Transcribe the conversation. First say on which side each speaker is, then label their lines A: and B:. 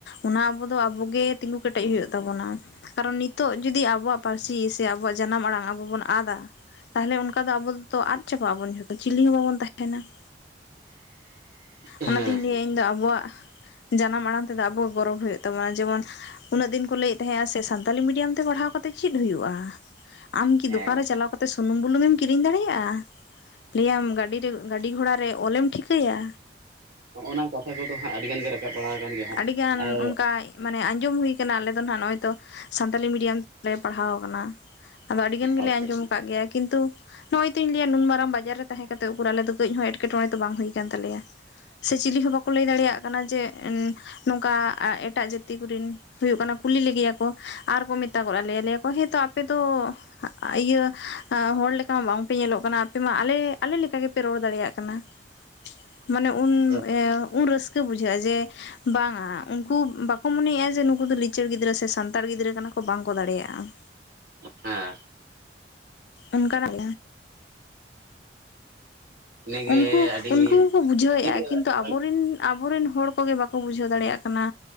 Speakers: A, on the left; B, on the right.
A: ᱚᱱᱟ ᱟᱵᱚ ᱫᱚ ᱟᱵᱚᱜᱮ ᱛᱤᱸᱜᱩ ᱠᱮᱴᱮᱡ ᱦᱩᱭᱩᱜ ᱛᱟᱵᱚᱱᱟ ᱾ ᱠᱟᱨᱚᱱ ᱱᱤᱛᱚᱜ ᱡᱩᱫᱤ ᱟᱵᱚᱣᱟᱜ ᱯᱟᱹᱨᱥᱤ ᱥᱮ ᱟᱵᱚᱣᱟᱜ ᱡᱟᱱᱟᱢ ᱟᱲᱟᱝ ᱟᱵᱚ ᱵᱚᱱ ᱟᱫᱟ ᱛᱟᱦᱚᱞᱮ ᱚᱱᱠᱟ ᱫᱚ ᱟᱵᱚ ᱫᱚᱛᱚ ᱟᱫᱽ ᱪᱟᱵᱟᱜ ᱟᱵᱚᱱ ᱡᱚᱛᱚ ᱪᱤᱞᱤ ᱦᱚᱸ ᱵᱟᱵᱚᱱ ᱛᱟᱦᱮᱱᱟ ᱾
B: <unintelligible> ᱦᱮᱸ
A: ᱚᱱᱟᱛᱤᱧ
B: ᱦᱮᱸ
A: ᱞᱟᱹᱭᱟ ᱤᱧ ᱫᱚ ᱟᱵᱚᱣᱟᱜ ᱡᱟᱱᱟᱢ ᱟᱲᱟᱝ ᱛᱮᱫᱚ ᱟᱵᱚ ᱜᱚᱨᱚᱵᱽ ᱦᱩᱭᱩᱜ ᱛᱟᱢᱟ ᱡᱮᱢᱚᱱ ᱩᱱᱟᱹᱜ ᱫᱤᱱ ᱠᱚ ᱞᱟᱹᱭᱮᱫ ᱛᱟᱦᱮᱸᱟᱜ ᱥᱮ ᱥᱟᱱᱛᱟᱞᱤ ᱢᱤᱰᱤᱭᱟᱢ ᱛᱮ ᱯᱟᱲᱦᱟᱣ ᱠᱟᱛᱮᱫ ᱪᱮᱫ ᱦᱩᱭᱩᱜᱼᱟ ᱾ ᱟᱢ ᱠᱤ
B: ᱦᱮᱸ
A: ᱫᱚᱠᱟᱱ ᱨᱮ ᱪᱟᱞᱟᱣ ᱠᱟᱛᱮ ᱥᱩᱱᱩᱢ ᱵᱩᱞᱩᱝ ᱮᱢ ᱠᱤᱨᱤᱧ ᱫᱟᱲᱮᱭᱟᱜᱼᱟ ᱞᱟᱹᱭᱟᱢ <unintelligible> ᱜᱟᱹᱰᱤ ᱜᱷᱚᱲᱟ ᱨᱮ ᱚᱞᱮᱢ ᱴᱷᱤᱠᱟᱹᱭᱟ
B: ᱦᱚᱸᱜᱼᱚ ᱱᱟ ᱠᱟᱛᱷᱟ ᱠᱚᱫᱚ ᱦᱟᱸᱜ ᱟᱹᱰᱤᱜᱟᱱ ᱜᱮ ᱨᱟᱠᱟᱵ ᱵᱟᱲᱟ ᱟᱠᱟᱱ ᱜᱮᱭᱟ ᱦᱟᱸᱜ
A: ᱟᱹᱰᱤᱜᱟᱱ
B: ᱟᱨ
A: ᱚᱱᱠᱟ ᱢᱟᱱᱮ ᱟᱸᱡᱚᱢ ᱦᱩᱭ ᱠᱟᱱᱟ ᱟᱞᱮ ᱫᱚ ᱦᱟᱜ ᱱᱚᱜᱚᱭ ᱛᱚ ᱥᱟᱱᱛᱟᱞᱤ ᱢᱤᱰᱤᱭᱟᱢ ᱛᱮᱞᱮ ᱯᱟᱲᱦᱟᱣ ᱟᱠᱟᱱᱟ ᱾ ᱟᱫᱚ ᱟᱹᱰᱤ ᱜᱟᱱ ᱜᱮᱞᱮ
B: ᱟᱪᱪᱷᱟ
A: ᱟᱸᱡᱚᱢ ᱟᱠᱟᱫ ᱜᱮᱭᱟ ᱠᱤᱱᱛᱩ ᱱᱚᱜᱼᱚᱭ ᱛᱚᱧ ᱞᱟᱹᱭᱟ ᱱᱩᱱ ᱢᱟᱨᱟᱝ ᱵᱟᱡᱟᱨ ᱨᱮ ᱛᱟᱦᱮᱸ ᱠᱟᱛᱮ ᱩᱠᱩᱨ ᱟᱞᱮ ᱫᱚ ᱠᱟᱹᱡ ᱦᱚᱸ ᱮᱴᱠᱮᱴᱚᱬᱮ ᱫᱚ ᱵᱟᱝ ᱦᱩᱭ ᱠᱟᱱ ᱛᱟᱞᱮᱭᱟ ᱾ ᱥᱮ ᱪᱤᱞᱤ ᱦᱚᱸ ᱵᱟᱠᱚ ᱞᱟᱹᱭ ᱫᱟᱲᱮᱭᱟᱜ ᱠᱟᱱᱟ ᱡᱮ ᱱᱚᱝᱠᱟ ᱮᱴᱟᱜ ᱡᱟᱹᱛᱤ ᱠᱚᱨᱮᱤᱱ ᱦᱩᱭᱩᱜ ᱠᱟᱱᱟ ᱠᱩᱞᱤ ᱞᱮᱜᱮᱭᱟ ᱠᱚ ᱟᱨᱠᱚ ᱢᱮᱛᱟᱜᱚᱜ ᱟᱞᱮᱭᱟ ᱞᱟᱹᱭᱟ ᱠᱚ ᱦᱮᱸᱛᱚ ᱟᱯᱮᱛᱚ ᱤᱭᱟᱹ ᱦᱚᱲ ᱞᱮᱠᱟ ᱢᱟ ᱵᱟᱝᱯᱮ ᱧᱮᱞᱚᱜ ᱠᱟᱱᱟ ᱟᱯᱮ ᱢᱟ ᱟᱞᱮ ᱟᱞᱮ ᱞᱮᱠᱟ ᱜᱮᱯᱮ ᱨᱚᱲ ᱫᱟᱲᱮᱭᱟᱜ ᱠᱟᱱᱟ ᱾
B: <inaudible>
A: ᱢᱟᱱᱮ ᱩᱱ
B: ᱟᱫᱚ
A: ᱮ ᱩᱱ ᱨᱟᱹᱥᱠᱟᱹ ᱵᱩᱡᱷᱟᱹᱜᱼᱟ ᱡᱮ ᱵᱟᱝᱟ ᱩᱱᱠᱩ ᱵᱟᱠᱚ ᱢᱚᱱᱮᱭᱟᱜᱼᱟ ᱡᱮ ᱱᱩᱠᱩ ᱫᱚ ᱞᱤᱪᱟᱹᱲ ᱜᱤᱫᱽᱨᱟᱹ ᱥᱮ ᱥᱟᱱᱛᱟᱲ ᱜᱤᱫᱽᱨᱟᱹ ᱠᱟᱱᱟ ᱠᱚ ᱵᱟᱝ ᱠᱚ ᱫᱟᱲᱮᱭᱟᱜᱼᱟ ᱾
B: ᱦᱮᱸ
A: ᱚᱱᱠᱟᱱᱟᱜ
B: ᱤᱱᱟᱹᱜᱮ
A: ᱩᱱᱠᱩ
B: ᱟᱹᱰᱤ
A: ᱩᱱᱠᱩ ᱦᱚᱸᱠᱚ ᱵᱩᱡᱷᱟᱹᱣᱮᱜᱼᱟ
B: ᱤᱱᱟᱹᱜᱮ
A: ᱠᱤᱱᱛᱩ
B: ᱟᱹᱰᱤ ᱢᱟᱨᱟᱝ
A: ᱟᱵᱚᱨᱮᱱ ᱟᱵᱚᱨᱮᱱ ᱦᱚᱲ ᱠᱚᱜᱮ ᱵᱟᱠᱚ ᱵᱩᱡᱷᱟᱹᱣ ᱫᱟᱲᱮᱭᱟᱜ ᱠᱟᱱᱟ